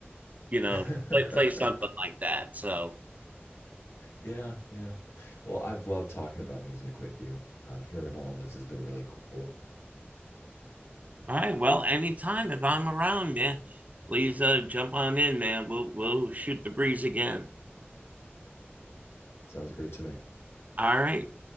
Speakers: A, on the right; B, on the left.
A: you know
B: <laughs>
A: play, play something like that. So
B: Yeah, yeah. Well, I've loved talking about music with you. Um, hearing about all this has been really cool.
A: all right, well, anytime if I'm around, man, please uh, jump on in, man. We'll we'll shoot the breeze again.
B: Sounds great to me.
A: All right.